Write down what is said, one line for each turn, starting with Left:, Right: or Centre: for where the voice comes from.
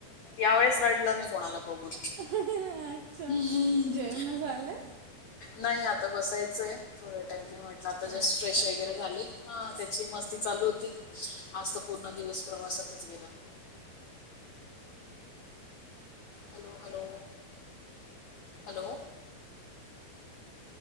Left: या वेळेस रडला नाही कोणाला बघून.
Right: आच्छा,
Left: हम्म.
Right: जेवन झाले?
Left: नाही आता बसायचं आहे थोड टाइम नाही म्हटलं आता
Right: अच्छा
Left: जस्ट फ्रेश वगैरे झाली, हा त्याची मस्ती चालू होती, आज तर पूर्ण दिवस प्रवासात आताच गेला. Hello! Hello! Hello!